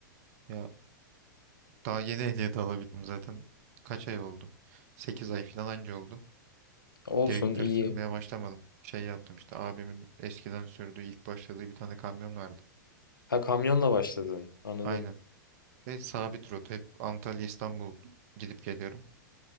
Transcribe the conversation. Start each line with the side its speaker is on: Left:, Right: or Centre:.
Right: Ya daha yeni ehliyet alabildim zaten. Kaç ay oldu? 8 ay falan anca oldu.
Left: Olsun
Right: Direktör
Left: iyi.
Right: sürmeye başlamadım. Şey yaptım işte abimin eskiden sürdüğü ilk başladığı bir tane kamyon vardı.
Left: Ha kamyonla başladın. Anladım.
Right: Aynen. Ve sabit rota hep Antalya İstanbul gidip geliyorum.